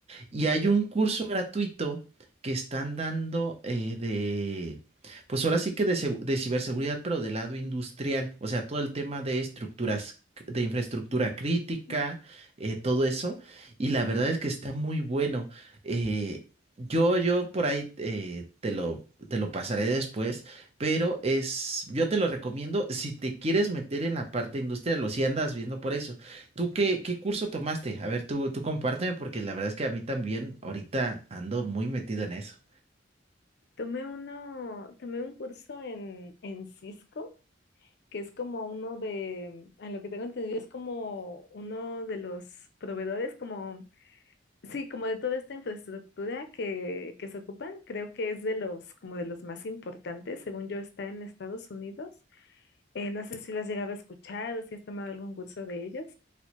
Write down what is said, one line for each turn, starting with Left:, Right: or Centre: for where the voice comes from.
Right: Y
Left: Ok.
Right: hay un curso gratuito que están dando eh, de, pues ahora sí que de, segu- de ciberseguridad, pero del lado industrial, o sea, todo el tema de estructuras, c- de infraestructura crítica,
Left: Ujú,
Right: eh, todo eso. Y la
Left: ujú.
Right: verdad es que está muy bueno. Eh, yo, yo por ahí eh, te lo, te lo pasaré después, pero es, yo te lo recomiendo si te quieres meter en la parte industrial o si andas viendo por eso. ¿Tú qué, qué curso tomaste? A ver, tú, tú compárteme porque la verdad es que a mí también ahorita ando muy metido en eso.
Left: Tomé uno, tomé un curso en, en Cisco, que es como uno de, a lo que tengo entendido, es como uno de los proveedores, como, sí, como de toda esta infraestructura que, que se ocupan, creo que es de los, como de los más importantes, según yo, está en Estados Unidos. Eh, no sé si lo has llegado a escuchar o si has tomado algún curso de ellos.